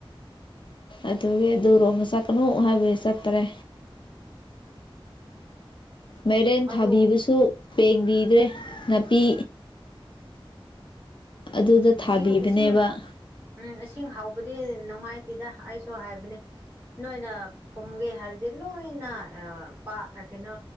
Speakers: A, on the left (about 60°); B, on the right (about 25°).
A: ꯑꯗꯨꯒꯤ ꯑꯗꯨꯔꯣꯝ ꯆꯛꯅꯨ ꯍꯥꯏꯕꯩ ꯆꯠꯇ꯭ꯔꯦ ꯃꯩꯔꯦꯟ
B: ꯑꯗꯨ
A: ꯊꯥꯕꯤꯕꯁꯨ ꯄꯦꯡꯕꯤꯗ꯭ꯔꯦ ꯅꯥꯄꯤ ꯑꯗꯨꯗ ꯊꯥꯕꯤꯕꯅꯦꯕ
B: ꯏꯁꯤꯡ ꯏꯁꯤꯡ ꯎꯝ ꯏꯁꯤꯡ ꯍꯥꯎꯕꯗꯤ ꯅꯨꯡꯉꯥꯏꯇꯦꯗ ꯑꯩꯁꯨ ꯍꯥꯏꯕꯅꯦ ꯅꯣꯏꯅ ꯐꯨꯝꯒꯦ ꯍꯥꯏꯔꯗꯤ ꯂꯣꯏꯅ ꯄꯥꯠ ꯀꯩꯅꯣ